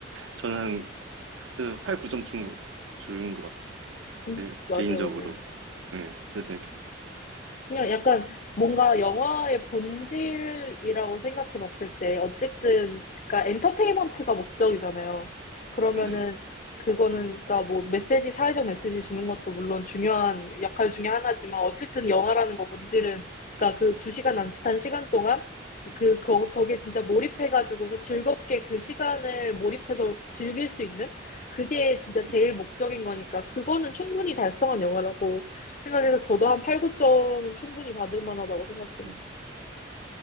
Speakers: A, on the right (about 80°); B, on the left (about 40°).
A: 저는 그래서 8, 9점 준 거, 준것 같아요.
B: 음,
A: 제,
B: 맞아요,
A: 개인적으로.
B: 맞아요.
A: 네, 진짜 재밌게 봤어요.
B: 그냥 약간 뭔가 영화의 본질이라고 생각해 봤을 때 어쨌든 그러니까 엔터테인먼트가 목적이잖아요. 그러면은
A: 네.
B: 그거는 그러니까 뭐 메시지 사회적 메시지 주는 것도 물론 중요한 역할 중에 하나지만 어쨌든 영화라는 거 본질은 그러니까 그 두 시간 남짓한 시간 동안 그 거, 거기에 진짜 몰입해 가지고서 즐겁게 그 시간을 몰입해서 즐길 수 있는 그게 진짜 제일
A: 음,
B: 목적인 거니까 그거는 충분히 달성한 영화라고 생각해서 저도
A: 음,
B: 한 8, 9점은 충분히 받을 만하다고 생각해요.
A: 음.